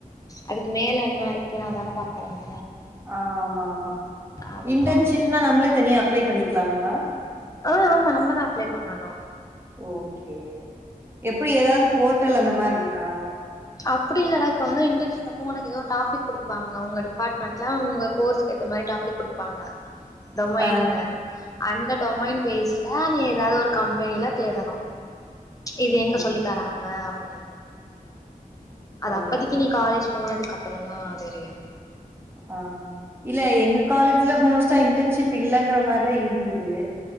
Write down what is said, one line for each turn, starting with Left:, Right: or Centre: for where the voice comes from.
Left: அதுக்கு மேல என்ன இருக்குனு அத தான் பாக்குறாங்க
Right: ஆ ஆமாமா
Left: அதுக்காக
Right: இன்டர்ன்ஷிப்னா நம்மளே தனியா அப்ளே பண்ணிக்கலாங்களா
Left: ஆஹ் ஆமா நம்மதான் அப்ளை பண்ணணும்
Right: ஓகே எப்டி ஏதாவது போர்ட்டல் அந்த மாரி இருக்கா
Left: அப்டி இல்லடா இப்ப வந்து இன்டர்ன்ஷிப் அப்ப உனக்கு ஏதோ டாபிக் கொடுப்பாங்க டிப்மெண்ட்ல உங்க கோர்ஸ்குஏத்த மாரி டாபிக் கொப்பாங்க தமைனன்ன
Right: ஆ
Left: அந்த டொமைன் பேஸ்ல நீ ஏதாது ஒரு கம்பெனியில தேடணு இது எங்க
Right: ஓஹோ
Left: சொல்லி தராங்க இல்ல அது
Right: ஓகே
Left: அப்பதிக்கு
Right: ஓகே
Left: நீ காலேஜ் போனதுக்கு அப்பறம் தான் தெரியும்
Right: ஆஹ இல்ல எங்க காலேஜ்ல மோஸ்ட்டா இன்டர்ன்ஷிப் இல்லங்கற மாரி இருந்துது